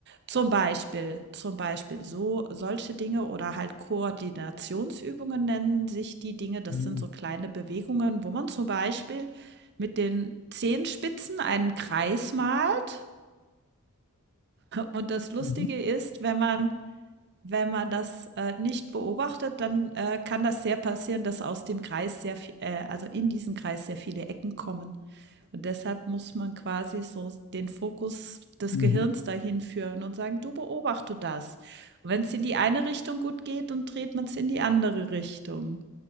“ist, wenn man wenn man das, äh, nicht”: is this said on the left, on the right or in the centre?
Right